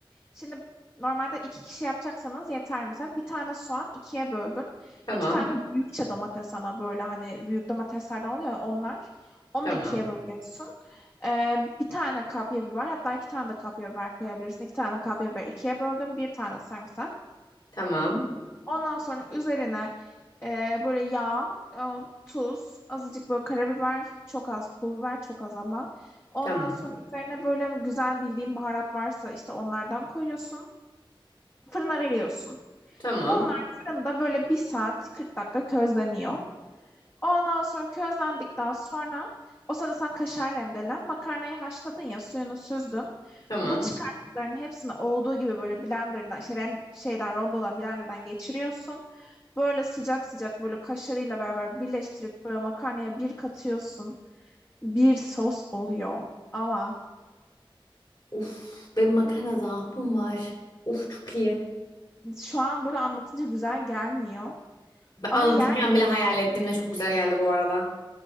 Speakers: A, on the left; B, on the left.
A: Şimdi normalde iki kişi yapacaksanız yeter mesela. Bir tane soğan ikiye böldün.
B: Tamam,
A: İki tane büyükçe domates ama böyle hani büyük domateslerden oluyor ya onlar. Onu
B: tamam,
A: da ikiye bölüyorsun. Ee, bir tane kapya biber hatta iki tane de kapya biber koyabilirsin. İki tane kapya biber ikiye böldüm. Bir tane sarımsak.
B: tamam,
A: Ondan sonra üzerine e, böyle yağ, e, tuz, azıcık böyle karabiber, çok az pul biber, çok az ama. Ondan
B: tamam,
A: sonra üzerine böyle güzel bildiğin baharat varsa işte onlardan koyuyorsun. Fırına veriyorsun.
B: tamam,
A: Bunlar fırında böyle bir saat 40 dakika közleniyor. Ondan sonra közlendikten sonra o sırada sen kaşar rendelen Makarnayı haşladın ya suyunu süzdün.
B: tamam.
A: Bu çıkarttıkların hepsini olduğu gibi böyle blenderdan işte ren- şeyden rondodan blenderdan geçiriyorsun. Böyle sıcak sıcak böyle kaşarıyla beraber birleştirip böyle makarnaya bir katıyorsun. Bir sos oluyor. Ama
B: Uf, benim makarna zaafım var. Uf çok iyi.
A: şu an böyle anlatınca güzel gelmiyor.
B: Ben
A: Ama
B: anlatırken
A: yer
B: bile hayal ettiğimde çok güzel geldi bu arada.